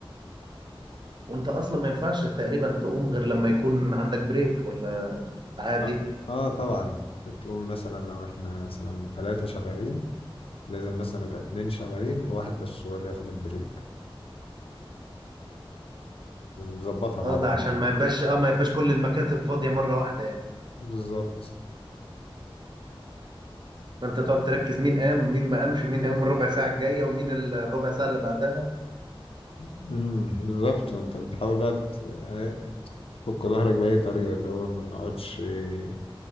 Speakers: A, on the right; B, on the left.
A: وانت اصلا ما ينفعش تقريبا تقوم غير لما يكون عندك بريك ولا عادي
B: اه آه طبعا بتقوم مثلا لو احنا مثلا ثلاثة شغالين لازم مثلا يبقى اتنين شغالين وواحد بس هو اللي ياخد البريك ونظبطها مع
A: اه ده
B: بعض
A: عشان
B: كده
A: ما يبقاش اه ما يبقاش كل المكاتب فاضيه مره واحده يعني
B: بالظبط
A: فانت تقعد تركز مين قام مين ما قامش ومين هيقوم الربع ساعه الجايه ومين ال- الربع ساعه اللي بعدها
B: امم بالظبط وانت بتحاول بقى ت- آه، تفك ظهرك بأي طريقة اللي هو ما نقعدش آه،